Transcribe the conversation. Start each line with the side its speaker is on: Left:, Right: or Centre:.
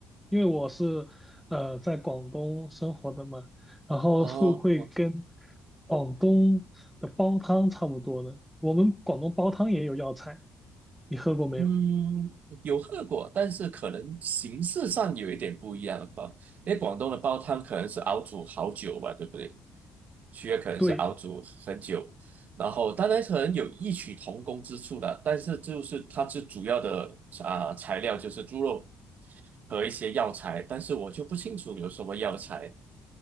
Centre: 因为我是呃在广东生活的嘛，然后会不会跟
Right: 哦，
Centre: 广东的煲汤差不多呢？我们广东煲汤也有药材，你喝过没有？
Right: 嗯，有喝过，但是可能形式上有一点不一样吧。因为广东的煲汤可能是熬煮好久吧，对不对？区要可能是熬煮很久，
Centre: 对。
Right: 然后当然可能有异曲同工之处的，但是就是它最主要的啊、材料就是猪肉和一些药材，但是我就不清楚有什么药材。